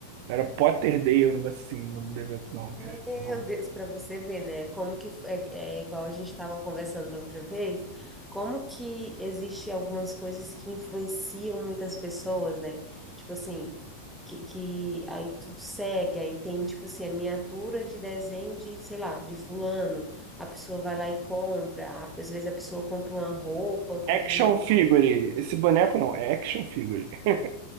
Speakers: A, on the right; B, in the centre.
A: era Potter Day, um negócio assim, o nome do evento não. né?
B: Meu
A: Não.
B: Deus, para você ver, né? Como que f- é, é igual a gente estava conversando da outra vez, como que existe algumas coisas que influenciam muitas pessoas, né? Tipo assim, que, que aí tu segue, aí tem tipo assim, a miniatura de desenho de, sei lá, de fulano. A pessoa vai lá e compra, a- às vezes a pessoa compra uma roupa, compra
A: Action
B: um negócio.
A: Figure. Esse boneco não, é Action Figure. <laughs>